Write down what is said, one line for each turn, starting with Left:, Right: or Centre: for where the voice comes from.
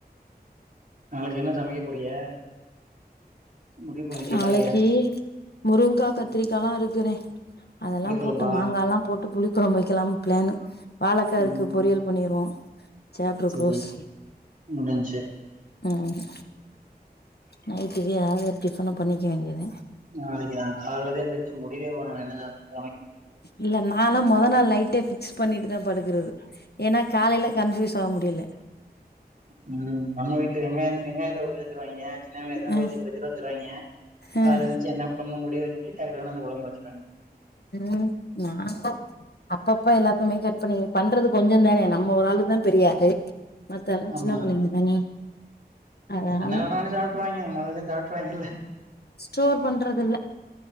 Right: நாளைக்கி என்ன சமைக்க போறீய முடிவு பண்ணிட்டீங்களா
Left: நாளைக்கி
Right: இல்லையா
Left: முருங்கைகா கத்திரிக்கால்லா இருக்குண்ணே அதெல்லா
Right: புளிக்கொழம்பா
Left: போட்டு மாங்காலா போட்டு புளிக் கொழம்பு வக்கலாம்னு ப்ளானு வாழைக்கா இருக்கு
Right: ம்
Left: பொரியல் பண்ணிருவோ சேப்டரு
Right: சரி
Left: க்ளோஸ்
Right: முடிஞ்ச்சு
Left: ஆமா நைட்டுக்கு எதாவது ஒரு டிஃபன பண்ணிக்க வேண்டியதா
Right: நாளைக்கி நா கால்லதா எந்துருச்சு முடிவே பண்ணனு என்ன சமைக்
Left: இல்ல நாலா மொத நாள் நைட்டே ஃபிக்ஸ் பண்ணிட்டு தா படுக்குறது ஏன்னா காலையில கன்ஃபியூஸ் ஆக முடில
Right: உம் நம்ம வீட்ல வெங்காய வெங்காயத்த உரிச்சு வச்சிருவாய்ங்க சின்ன வெங்காயத்த
Left: ம்
Right: உரிச்சு ஃபிரிட்ஜில வச்சிருவாய்ங்க
Left: ம்
Right: அத வச்சு என்ன பண்ண முடியுனு ஹீட் ஆகுறது நால ஒழம்மா வச்சிப்பாயீங்க
Left: உம் நாங்க அப்பப்ப எல்லாத்தையுமே கட் பண்ணி பண்றது கொஞ்சொ தானே நம்ம ஒரு ஆளுக்குனா தெரியாது மத்த எல்லா
Right: ஆமா
Left: சின்னப் பிள்ளைங்க தானே அதனால
Right: என்ன வேணாலு சாப்ட்டுருவாய்ங்க மொத்ததையு சாப்ட்டுவாய்ங்கல்ல
Left: ஸ்டோர் பண்ற துல்ல